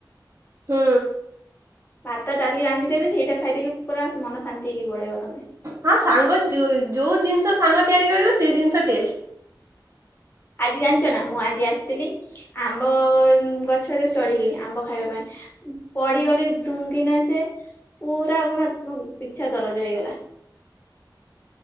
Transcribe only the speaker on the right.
ହୁଁ।
ହଁ ସାଙ୍ଗ ଯୁ-ଯୋଉ ଜିନିଷ ସାଙ୍ଗ ତିଆରି କରିବ ସେ ଜିନିଷ ଟେଷ୍ଟ୍।